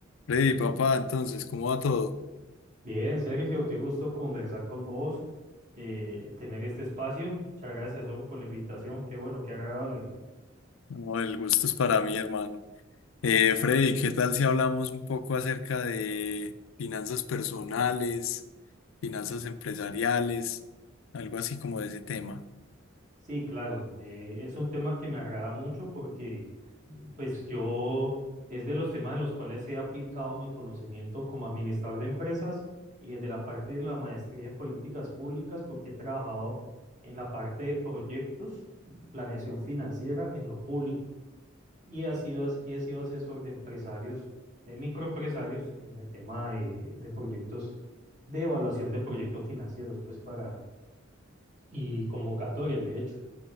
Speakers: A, on the left (about 80°); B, on the right (about 40°).
A: Freddy, papá, entonces, ¿cómo va todo?
B: Bien, Sergio, qué gusto conversar con vos, eh, tener este espacio. Muchas gracias, hombre, por la invitación. Qué bueno, qué agradable.
A: No, el gusto es para mí, hermano. Eh, Freddy, ¿qué tal si hablamos un poco acerca de finanzas personales, finanzas empresariales, algo así como de ese tema?
B: Sí, claro, eh, es un tema que me agrada mucho porque, pues, yo es de los temas en los cuales he aplicado mi conocimiento como administrador de empresas y desde la parte de la maestría en políticas públicas, porque he trabajado en la parte de proyectos, planeación financiera en lo público. y ha sido, as- y he sido asesor de empresarios, de microempresarios en el tema de, de proyectos, de evaluación de proyectos financieros, pues para, y convocatorias, de hecho,